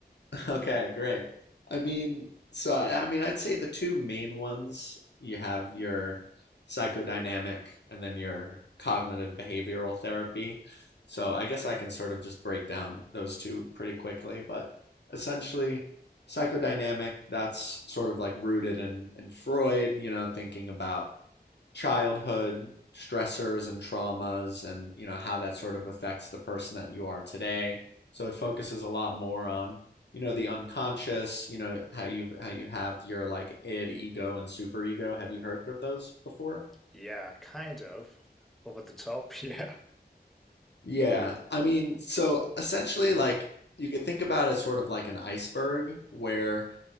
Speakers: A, on the left; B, in the centre.
A: <laughs> Okay, great. I mean, so I, I mean, I'd say the two main ones you have your psychodynamic and then your cognitive behavioral therapy. So I guess I can sort of just break down those two pretty quickly, but essentially, psychodynamic, that's sort of like rooted in in Freud, you know, thinking about childhood stressors and traumas and you know how that sort of affects the person that you are today so it focuses a lot more on you know the unconscious you know how you how you have your like id ego and superego have you heard of those before
B: Yeah, kind of. Over the top, <laughs> yeah.
A: yeah i mean so essentially like you could think about it as sort of like an iceberg where